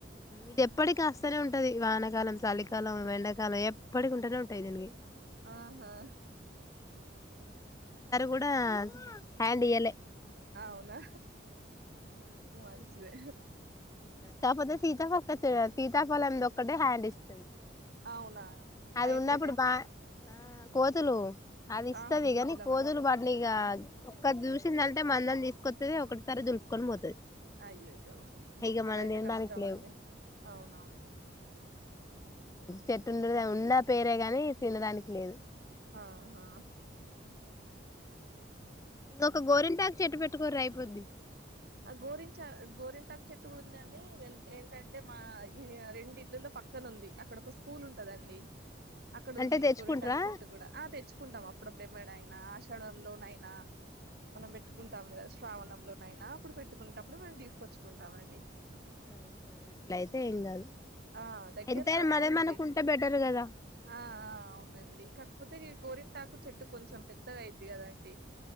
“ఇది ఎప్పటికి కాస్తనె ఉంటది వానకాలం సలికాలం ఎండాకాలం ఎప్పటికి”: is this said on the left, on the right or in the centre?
Left